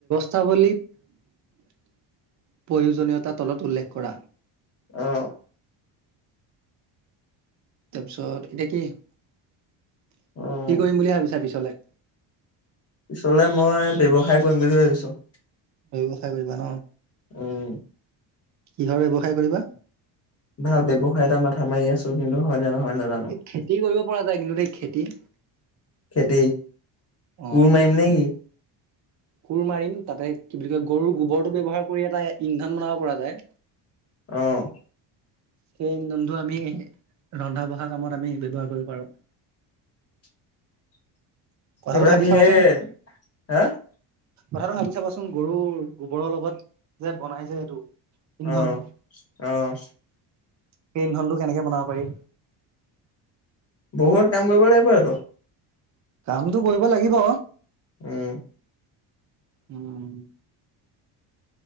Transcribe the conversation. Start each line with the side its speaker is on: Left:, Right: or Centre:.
Right: <unintelligible> প্ৰয়োজনীয়তা তলত উল্লেখ কৰা।
Left: অ',
Right: তাৰপিছত এতিয়া কি -কি
Left: উম
Right: কৰিম বুলি ভাবিছা পিছলে
Left: পিছলে মই ব্যৱসায় কৰিম বুলি ভাবিছোঁ।
Right: ব্যৱসায় কৰিবা ন'?
Left: উম
Right: কিহৰ ব্যৱসায় কৰিবা?
Left: ভাল ব্যৱসায় এটা মাথা মাৰি আছো কিন্তু হয় নে নহয়। নাজানো
Right: এই খেতি কৰিব পৰা যায় কিন্তু সেই খেতি।
Left: খেতি।
Right: অ,
Left: কোৰ মাৰিম নেকি?
Right: কোৰ মাৰিম। তাতে কি বুলি কয়, গৰুৰ গোবৰটো ব্যৱহাৰ কৰি এটা ইন্ধন বনাব পৰা যায়।
Left: অহ
Right: সেই জুন্ধু আমি ৰন্ধা- বঢ়া কামত আমি ব্যৱহাৰ কৰিব পাৰো।
Left: <unintelligible> <unintelligible>
Right: কথাটো ভাবি চাবাচোন কথাটো ভাবি চাবচোন গৰু গোবৰৰ লগত যে বনাইযে এইটো। ইন্ধনটো
Left: অহ - অহ
Right: সেই ধনটো কেনেকে বনাব পাৰি?
Left: বহুত কাম কৰিব লাগিব এটো।
Right: কামটো কৰিব লাগিব।
Left: উম
Right: উম